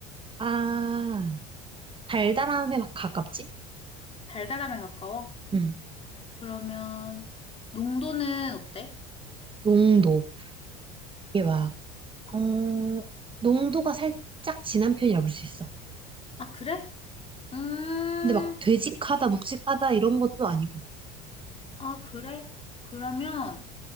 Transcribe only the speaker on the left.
달달함에 가까워?
그러면 농도는 어때?
아 그래? 음,
아 그래? 그러면